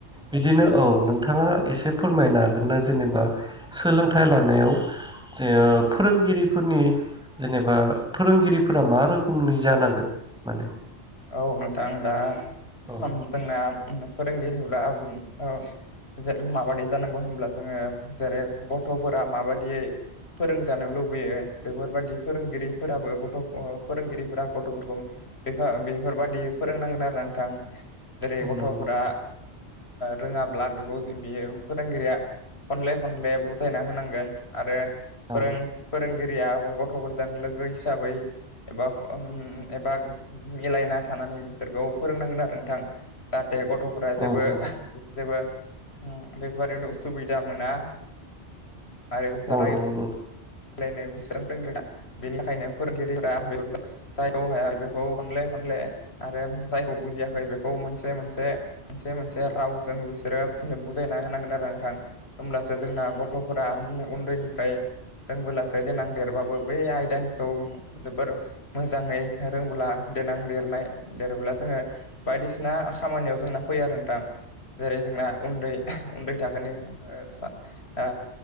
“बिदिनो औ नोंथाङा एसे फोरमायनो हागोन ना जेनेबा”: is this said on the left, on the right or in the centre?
Centre